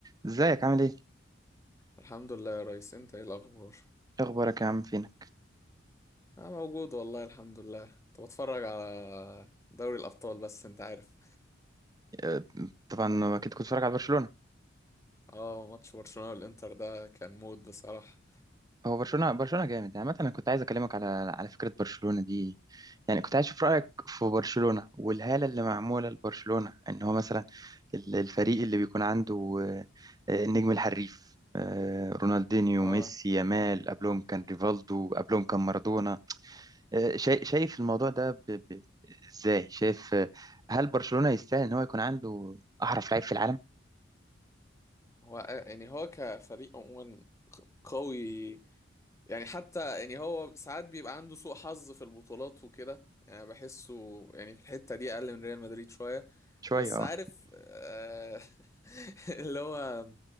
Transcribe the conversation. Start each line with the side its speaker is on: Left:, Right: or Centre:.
Right: ازيك عامل ايه؟
Left: الحمد لله يا ريس انت ايه الاخبار
Right: ايه اخبارك يا عم فينا؟
Left: انا موجود والله الحمد لله كنت بتفرج على دوري الابطال بس انت عارف
Right: آه، طبعا اكيد كنت بتتفرج على برشلونة
Left: اه ماتش برشلونة والانتر ده كان مود بصراحة
Right: هو برشلونة برشلونة جامد يعني مثلا انا كنت عايز اكلمك على على فكرة برشلونة دي يعني كنت عايز اشوف رأيك في برشلونة والهالة اللي معمولة لبرشلونة ان هو مثلا ال- الفريق اللي بيكون عنده آه، آه، النجم الحريف آه، رونالدينيو
Left: اه
Right: ميسي يامال قبلهم كان ريفالدو قبلهم كان مارادونا آه، شايف شايف الموضوع ده ب- ب- ازاي؟ شايف آه، هل برشلونة يستاهل ان هو يكون عنده احرف لعيب في العالم؟
Left: هو يعني هو كفريق عموما قوي يعني حتى يعني هو ساعات بيبقى عنده سوء حظ في البطولات وكده يعني بحسه يعني في الحتة دي اقل من ريال مدريد شوية
Right: شوية
Left: بس
Right: اه
Left: عارف آه <laughs> اللي هو